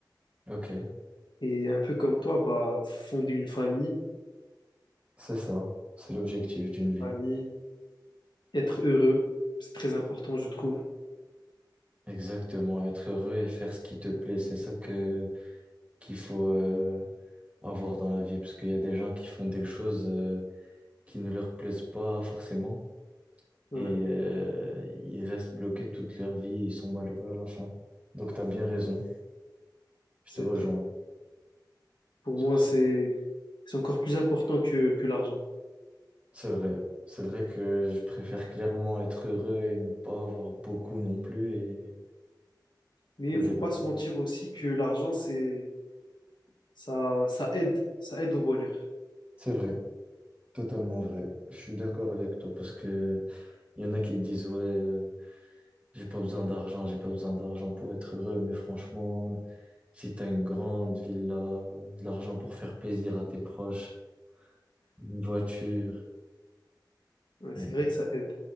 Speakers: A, on the right; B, on the left.
A: Ok,
B: Et un peu comme toi, bah, fonder une famille,
A: c'est ça. C'est l'objectif d'une vie.
B: famille, être heureux, c'est très important, je trouve.
A: Exactement, être heureux et faire ce qui te plaît, c'est ça que qu'il faut euh, avoir dans la vie, parce qu'il y a des gens qui font des choses euh, qui ne leur plaisent pas forcément
B: Ouais,
A: et euh, ils restent bloqués toute leur vie, ils sont malheureux à la fin. Donc t'as bien raison, je
B: c'est
A: te rejoins
B: vrai. Pour
A: sur
B: moi,
A: ce.
B: c'est c'est encore plus important que, que l'argent.
A: C'est vrai. C'est vrai que je préfère clairement être heureux et ne pas avoir beaucoup non plus et
B: Mais
A: au
B: il
A: lieu
B: faut
A: d'être
B: pas se
A: mal.
B: mentir aussi que l'argent, c'est ça, ça aide, ça aide au bonheur.
A: C'est vrai, totalement vrai. Je suis d'accord avec toi parce que il y en a qui te disent ouais, euh, j'ai pas besoin d'argent, j'ai pas besoin d'argent pour être heureux, mais franchement, si t'as une grande villa, de l'argent pour faire plaisir à tes proches, une voiture,
B: Ouais,
A: euh,
B: c'est vrai que ça aide.